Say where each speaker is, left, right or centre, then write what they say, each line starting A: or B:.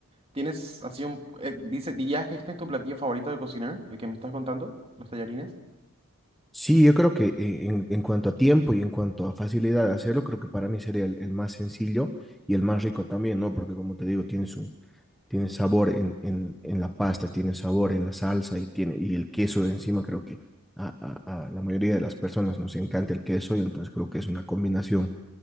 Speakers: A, on the right (about 25°); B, in the centre.
A: ¿Tienes así un... eh, dice, ¿dirías que este es tu platillo favorito de cocinar? El que me estás contando, los tallarines.
B: Sí, yo creo que e, en, en cuanto a tiempo y en cuanto a facilidad de hacerlo, creo que para mí sería el, el más sencillo y el más rico también, ¿no? Porque como te digo, tienes un, tiene sabor en, en, en la pasta, tiene sabor en la salsa y, tiene, y el queso de encima creo que a, a, a la mayoría de las personas nos encanta el queso y entonces creo que es una combinación